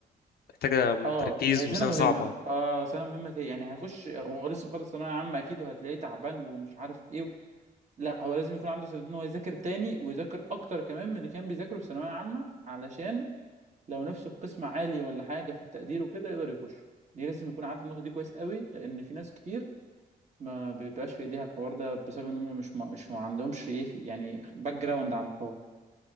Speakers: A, on the left; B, on the right.
A: محتاجه
B: اه
A: تركيز
B: هي سنة
A: وسنه
B: مهمة
A: صعبه
B: اه سنة مهمة تاني. يعني هيخش هو لسه مخلص ثانوية عامة أكيد وهتلاقيه تعبان ومش عارف إيه و... لا هو لازم يكون عنده استعداد إن هو يذاكر تاني ويذاكر أكتر كمان من اللي كان بيذاكره في ثانوية عامة علشان لو نفسه في قسم عالي ولا حاجه في التقدير وكده يقدر يخش دي لازم يكون عارف النقطه دي كويس قوي لان في ناس كتير ما بيبقاش في ايديها الحوار ده بسبب ان هم مش ما مش ما عندهمش ايه يعني باك جراوند عن الحوار